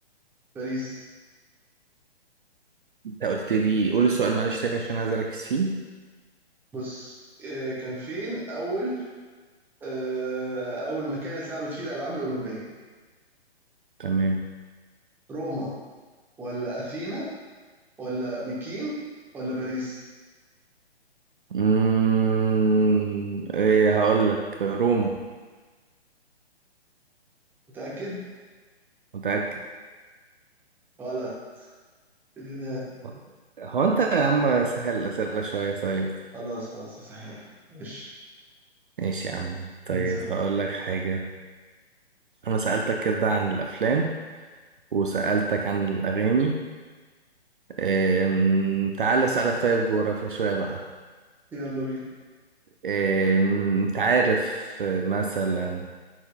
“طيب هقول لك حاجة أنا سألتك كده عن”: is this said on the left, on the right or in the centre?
Right